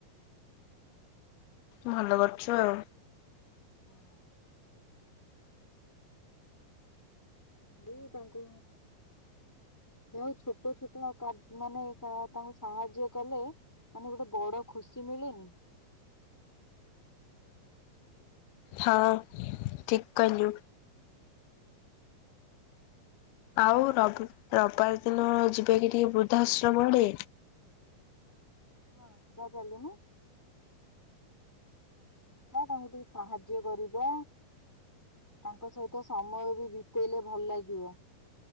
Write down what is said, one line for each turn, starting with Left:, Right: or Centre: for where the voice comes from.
Left: ଭଲ କରଚୁ ଆଉ
Centre: ହେଲେ ଇଏ ତାଙ୍କୁ ଯାହଉ ଛୋଟ ଛୋଟ କଦ୍ ମାନେ କ ତାଙ୍କୁ ସାହାଯ୍ୟ କଲେ ମାନେ ଗୋଟେ ବଡ ଖୁସି ମିଳେନି?
Left: ହଁ ଠିକ୍ କହିଲୁ
Centre: ହଁ
Left: ଆଉ ରବି ରବବାରେ ଦିନ ଯିବା କି ଟିକେ ବୃଦ୍ଧାଶ୍ରମ ଆଡେ?
Centre: ହଁ ଜିବା ଚାଲୁନୁ। ଯିବା ତାଙ୍କୁ ଟିକେ ସାହାଯ୍ୟ କରିବା ତାଙ୍କ ସହିତ ସମୟ ବି ବିତେଇଲେ ଭଲ ଲାଗିବ